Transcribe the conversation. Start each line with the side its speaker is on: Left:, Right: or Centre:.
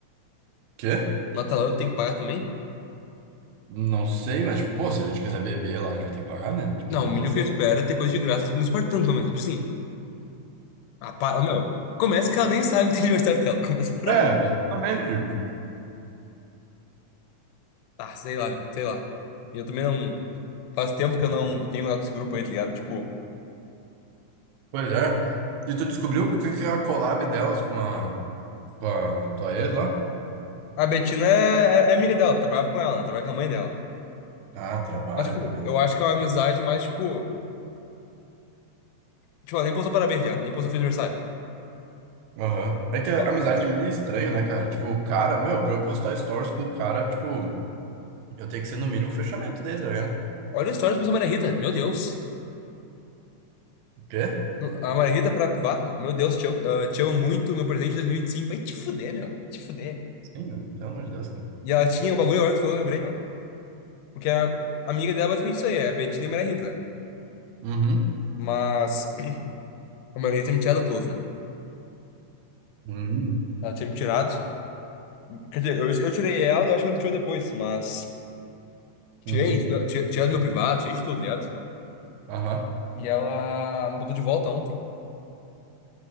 Right: Quê?
Left: Na Atalanta tem que pagar também?
Right: Não sei, mas, tipo, pô, se a gente quiser beber lá, a gente vai ter que pagar, né? Tipo,
Left: Não,
Right: não
Left: o mínimo
Right: vai ser.
Left: que eu espero é ter coisa de graça no Espartano, pelo menos. Tipo assim. Ah, para, meu. Começa que ela nem sabe que tem aniversário dela. Começa por
Right: É,
Left: aí.
Right: exatamente.
Left: Ah, sei lá, meu. Sei lá. E eu também não. Faz tempo que eu não tenho contato com esse grupo aí, tá ligado? Tipo,
Right: Pois é. E tu descobriu o que que é a collab delas com a, com a tua ex lá?
Left: a Betina é, é- é amiga dela, trabalhava com ela, né? Trabalha com a mãe dela.
Right: Ah, trabalho
Left: Mas, tipo,
Right: com ela.
Left: eu acho que é uma amizade mais, tipo. Tipo, ela nem postou parabéns, tá ligado? Nem postou feliz aniversário.
Right: Aham. É que a
Left: Não.
Right: amizade de mim é estranho, né, cara? Tipo, o cara, meu, pra eu postar stories com o cara, tipo, eu tenho que ser no mínimo o fechamento dele, tá ligado?
Left: Olha o stories que postou a Maria Rita, meu Deus.
Right: O quê?
Left: A Maria Rita pra privado, meu. Meu Deus, te amo, ah, te amo muito, meu presente de 2025. Vai te fuder, meu. Vai te fuder.
Right: Sim, meu, pelo amor de Deus, cara.
Left: E ela tinha um bagulho agora que tu falou, eu lembrei, meu. Porque a amiga dela é basicamente isso aí, é a Betina e a Maria Rita, né?
Right: Uhum.
Left: Mas a Maria Rita tinha me tirado o close, né?
Right: Uhum.
Left: Ela tinha me tirado. Quer dizer, eu, eu tirei ela, e eu acho que ela me tirou depois, mas.
Right: Uhum.
Left: Tirei, tirei, tirei do meu privado, tirei de tudo, tá ligado?
Right: Aham.
Left: E ela me botou de volta ontem.